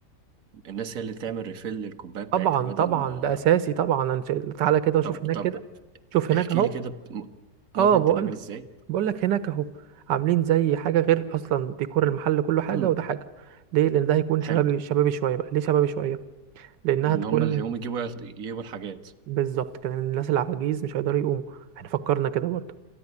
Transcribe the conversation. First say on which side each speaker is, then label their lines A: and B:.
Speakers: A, on the right (about 55°); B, on the right (about 85°).
A: الناس هي اللي تعمل ريفيل للكوباية بتاعتها
B: طبعا
A: بدل
B: طبعا
A: ما
B: ده اساسي طبعا أنا شايف- تعالى كده وشوف
A: طب
B: هناك
A: طب
B: كده شوف هناك
A: احكي
B: اهو
A: لي كده بت- م- ممكن
B: اه بقول
A: تعمل ازاي
B: بقول لك هناك اهو عاملين زي حاجة غير اصلا ديكور المحل كله حاجة
A: مم.
B: وده حاجة ليه لان ده هيكون
A: حلو
B: شبابي شبابي شوية بقى ليه شبابي شوية لانها
A: ان
B: تكون
A: هم اللي هيقوموا يجيبوا ياخد يجيبوا الحاجات
B: بالظبط كده لأن الناس العواجيز مش هيقدروا يقوموا احنا فكرنا كده برضه